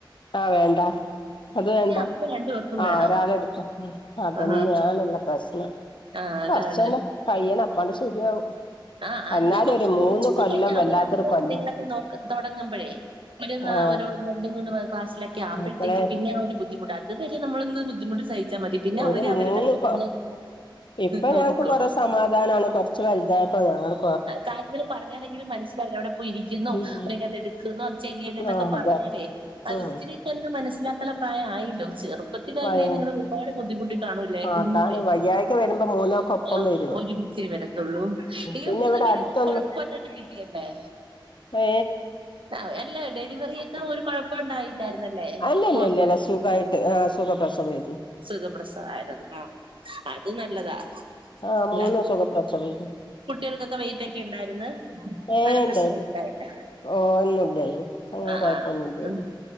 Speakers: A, on the left (about 70°); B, on the right (about 85°).
A: ആഹ് വേണ്ട അത് വേണ്ട
B: അപ്പൊ രണ്ടു പേർക്കും
A: ആഹ്
B: വേണം
A: ഒരാള് എടുത്ത അതന്നെയാണല്ലോ
B: ആഹാ
A: പ്രശ്നം
B: ആഹ് അതാണ്
A: കൊറച്ചന്നെ കഴിയണം അപ്പാണ്ട് ശരിയാവും
B: ആഹ് അല്ല
A: എന്നാലും
B: കൊറച്ച്
A: ഒരു മൂന്ന്
B: കൊറച്ചൂടി
A: കൊല്ലം
B: കഴിഞ്ഞാ
A: വല്ലാത്തൊരു
B: അവര് അവിടെ
A: കൊല്ലം
B: കാര്യങ്ങളൊക്കെ നോക്ക്‌ തൊടങ്ങുമ്പഴേ ഇവിട്ന്നാ
A: ആ
B: ഓരോന്ന് രണ്ട് മൂന്ന് ക്ലസിലക്കെ ആമ്പഴത്തേക്ക്‌
A: മക്കളെ
B: പിന്നെ ഒരു ബുദ്ധിമുട്ട് അതു വരെ നമ്മളൊന്ന് ബുദ്ധിമുട്ട് സഹി ച്ചാ മതി പിന്നെ
A: ഒരു
B: അവര്
A: മൂന്ന്
B: അവരുടെ കാര്യങ്ങള്
A: കൊ ഇപ്പൊ
B: നോക്കിക്കോളും
A: ഞങ്ങക്ക് കൊറെ സമാധാനാണ് കൊറച്ച് വലുതായപ്പോ ഞങ്ങളും
B: കാര്യങ്ങള് പറഞ്ഞാലെങ്കിലും മനസ്സിലാവില്ല അവിടെ പോയി ഇരിക്കുന്നോ
A: ഉം
B: അല്ലെങ്കി അത് എടുക്കുന്നോ അത് ചെയ്യല്ലേന്നൊക്കെ
A: ആ
B: പറഞ്ഞാലേ
A: അതെ
B: അയ്
A: ഉം
B: ഇത്തിരിയൊക്കെ ഒന്ന് മനസ്സിലാക്കുള്ള പ്രായ ആയില്ലോ ചെറുപ്പത്തിലല്ലേ
A: വയ
B: നിങ്ങള് ഒരുപാട് ബുദ്ധിമുട്ട് കാണൂല്ലേ
A: അതാണ്
B: കുഞ്ഞിലേ
A: വയ്യായിക വരുമ്പോ മൂന്നാക്കൊപ്പം
B: ആഹ്
A: വരും
B: ഒരുമിച്ചേ വരത്തുള്ളൂ ഈ
A: പിന്നെ
B: മൂന്ന്
A: ഇവിടെ
B: പേരെയും
A: അടുത്തൊന്നും
B: ഒരു കൊഴപ്പല്ലാണ്ടി കിട്ടിയല്ലേ
A: ഏ
B: ആഹ് അല്ല ഡെലിവറി ഒക്കെ ഒരു കൊഴപ്പൊണ്ടായില്ലായിരുന്നല്ലേ
A: അല്ലല്ലല്ലല്ല
B: മോൾക്ക്
A: സുഖായിട്ട് ആ സുഖപ്രസവേര്ന്നു
B: സുഖപ്രസവായിരുന്ന് ആ അത് നല്ലതാ
A: ആഹ്
B: അല്ല
A: മൂന്നും
B: അത്
A: സുഖ പ്രസവേനി
B: കുട്ടികൾക്കൊക്കെ വെയിറ്റ് ഒക്കെ ഉണ്ടായിരുന്ന്
A: ഏഹ്
B: അങ്ങനെ
A: ഇണ്ടായിരുന്നു
B: പ്രശ്നമൊന്നും ഉണ്ടായില്ല.
A: ഓ എന്നുല്ലായിരുന്നു അങ്ങനെ
B: ആഹ്
A: കൊഴപ്പൊന്നുയില്ലായിരുന്നു
B: ആഹ് അത്